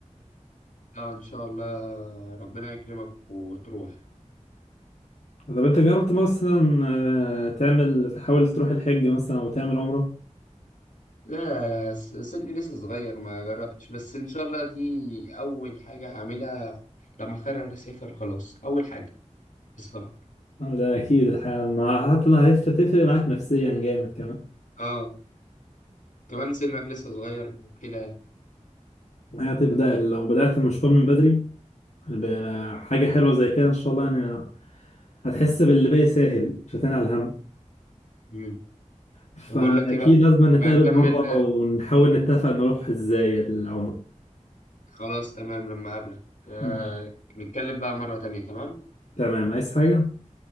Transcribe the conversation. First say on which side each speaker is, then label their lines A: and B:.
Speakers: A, on the left; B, on the left.
A: لا ان شاء الله ربنا يكرمك وتروح
B: طب انت جربت مثلا آه، تعمل تحاول تروح الحج مثلا او تعمل عمرة
A: لا لا، س- سني لسه صغير ما جربتش بس ان شاء الله دي اول حاجه هعملها لما اقرر اسافر خلاص اول حاجه السفر
B: آه، ده اكيد الحقيقة مع حتى لو هتفرق معاك نفسيا جامد كمان
A: اه كمان سنك لسه صغير وكده
B: هتبدأ لو بدأت المشوار من بدري بحاجة حلوة زي كده ان شاء الله يعني هتحس باللي باقي ساهل مش هتنعي الهم
A: مم.
B: فأكيد
A: طب اقول لك ايه بقى
B: لازم
A: يبقى
B: نتقابل
A: نكمل
B: مرة ونحاول نتفق نروح ازاي العمرة
A: خلاص تمام لما اقابلك آه
B: ماشي.
A: نتكلم بقى مره تانية تمام
B: تمام عايز حاجة؟